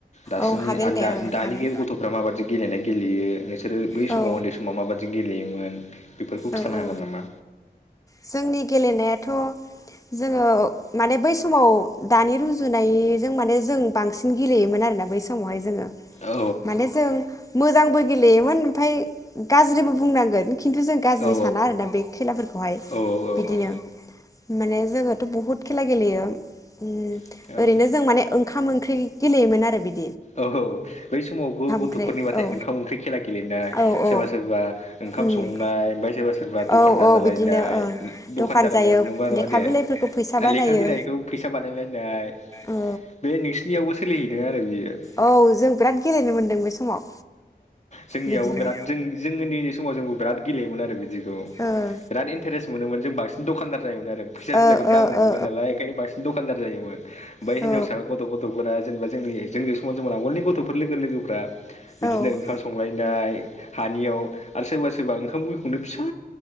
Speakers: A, on the left; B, on the left.
A: दासिमनि
B: औ हागोन दे
A: दा
B: ओं
A: दानि
B: हागोन
A: गथ'फ्रा माबायदि गेलेनाय? गेलेयो नोंसोरो बै
B: औ
A: समाव उन्दै समाव मा गेलेयोमोन बेफोरखौ खिथानो
B: औ
A: हागोन
B: औ
A: नामा?
B: जोंनि गेलेनायाथ' जोङो माने बै समाव दानि रुजुनायजों माने जों बांसिन गेलेयोमोन आरोना बै समावहाय जोङो।
A: औ
B: माने जों मोजांबो गेलेयोमोन ओमफ्राय गाज्रिबो बुंनांगोन खिन्थु जों गाज्रि
A: औ
B: साना आरोना बे खेलाफोरखौहाय।
A: औ
B: बिदिनो माने जोङोथ' बुहुत खेला गेलेयो उम
A: औ औ
B: ओरैनो जों माने ओंखाम ओंख्रि गेलेयोमोन आरो बिद
A: औ औ बै समाव गथ'फोरनिबाथाय
B: ओंख्रि औ
A: ओंखाम ओंख्रि खेला गेलेनाय
B: औ
A: सोरबा
B: औ
A: सोरबा ओंखाम
B: उम
A: संनाय ओमफ्राय सोरबा सोरबा सोरबा दखानदार
B: औ औ
A: जालायनाय
B: बिदिनो ओं
A: दखान जालायनाय
B: जायो
A: नंगौना नङा
B: लेखा
A: दे
B: बिलाइफोरखौ फैसा बानायो
A: लेखा बिलाइखौ फैसा बानायलायनाय
B: औ
A: बे नोंसिनि यावबो सोहैदों आरो बियो। अ
B: औ जों बिराद गेलेनो मोनदों बे समाव
A: जोंनियावबो
B: बिदिनो
A: बिराद जों जों उन्दैनि समाव जोंबो बिराद गेलेयोमोन आरो बिदि खौ
B: ओं
A: बिराद इन्टारेस्ट मोनोमोन जों बांसिन दखानदार जायोमोन आरो मोन फैसा
B: ओ
A: बिलायखौ दांनो
B: ओ
A: मोनगोन
B: ओ
A: नालाय ओंखायनो बांसिन दखानदार जायोमोन बै
B: औ
A: हिनजावसा गथ' गथ'फोरा जेनबा जोंनि जोंनि समाव जों आगोलनि गथ'फोर लोगो लोगोफ्रा बिदिनो
B: ओं
A: ओंखाम संनाय <unintelligible> हानियाव आरो सोरबा सोरबा ओंखाम <unintelligible> खौनो फिसा